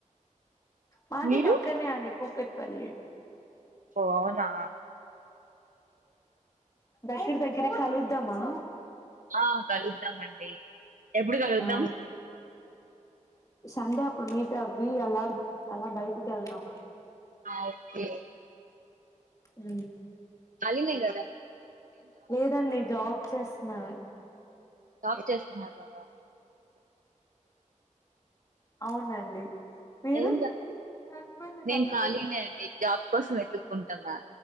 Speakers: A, on the left; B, on the right.
A: మాది
B: మీరు
A: పక్కనే అండి కూకట్ పల్లి
B: హో అవునా
A: దగ్గరి దగ్గరే కలుద్దామా
B: ఆ కలుద్దామండి ఎప్పుడు కలుద్దాం
A: ఆ సండే అప్పుడు మీట్ అవ్వి అలా అలా బయటకి ఎళ్దాం
B: ఆ ఓకే
A: ఊ
B: కాలినే గదా
A: లేదండి జాబ్ చేస్తున్నా
B: జాబ్ చేస్తున్నావా
A: అవునండి మీరు
B: ఏం జాబ్
A: నా హస్బెండ్ ని
B: నేను
A: కనుక్కున్నా
B: ఖాళీనే అండి జాబ్ కోసం వెతుక్కుంటున్నా